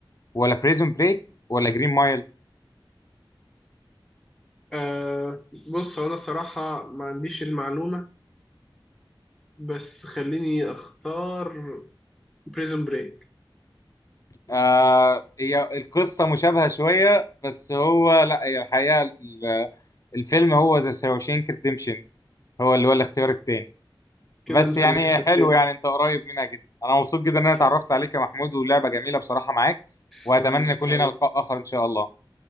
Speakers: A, on the left; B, in the centre.
A: ولا بريزون بريك ولا جرين مايل
B: آه بص هو انا الصراحة ما عنديش المعلومة بس خليني اختار بريزون بريك
A: آه هي القصة مشابهة شوية بس هو لا هي الحقيقة ال- الفيلم هو ذا شاوشينك ريديمشن هو اللي هو الاختيار التاني
B: كده
A: بس
B: انت
A: يعني
B: اللي كسبتني
A: حلو يعني انت قريب منها جدا انا مبسوط جدا ان انا
B: ك-
A: اتعرفت عليك يا محمود ولعبة جميلة بصراحة معاك واتمنى
B: حبيبي
A: يكون
B: حبيبي
A: لنا لقاء اخر ان شاء الله